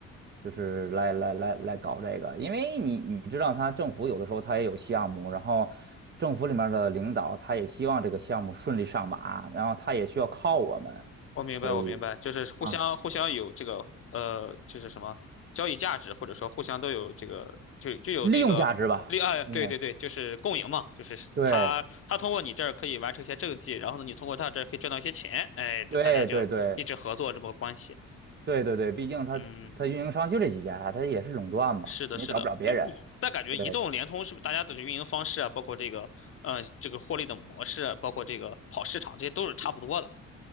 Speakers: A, on the right; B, on the left.
A: 就是来来来来搞这个，因为你你知道，他政府有的时候他也有项目，然后政府里面的领导他也希望这个项目顺利上马，然后他也需要靠我们，
B: 我明白，
A: 所以
B: 我明白，就是互相互相有这个呃，
A: 啊，
B: 就是什么交易价值，或者说互相都有这个，就就有那个利啊，
A: 利用价值吧，
B: 对对对，
A: 嗯，
B: 就是共赢嘛，就是他他通过你这儿可以完成一些政绩，
A: 对
B: 然后呢，你通过他这儿可以赚到一些钱，哎，大家就一直合作这么个关系。
A: 对对对对对对，毕竟他他运营商就这几家，
B: 嗯，
A: 他也是垄断嘛，
B: 是的，
A: 你也找不了别人。
B: 是的。但感觉移动、
A: 对。
B: 联通是不是大家的运营方式啊，包括这个呃这个获利的模式啊，包括这个跑市场，这些都是差不多的。